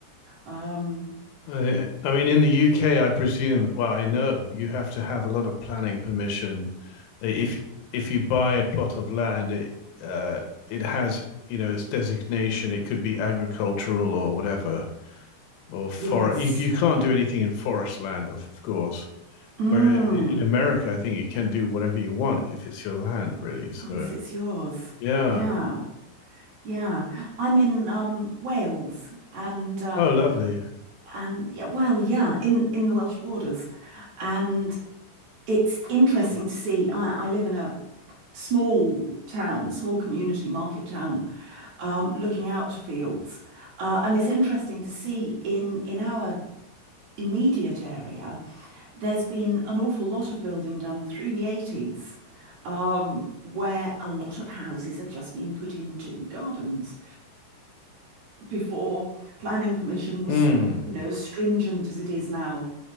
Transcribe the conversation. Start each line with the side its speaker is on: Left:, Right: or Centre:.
Right: Um,
Left: I, I mean, in the UK, I presume. Well, I know you have to have a lot of planning permission. If if you buy a plot of land, it uh, it has you know its designation. It could be agricultural or whatever, or forest.
Right: yes.
Left: You you can't do anything in forest land, of of course.
Right: Mm.
Left: Where in America, I think you can do whatever you want if it's your land, really. So
Right: Once it's yours.
Left: yeah.
Right: Yeah. Yeah. I'm in um Wales and uh
Left: Oh, lovely.
Right: and yeah, well, yeah, in in the Welsh borders. And it's interesting to see. I, I live in a small town, small community market town, um, looking out to fields. Uh, and it's interesting to see in in our immediate area, there's been an awful lot of building done through the 80s, um, where a lot of houses have just been put into gardens before planning permission was,
Left: Mm.
Right: you know, stringent as it is now.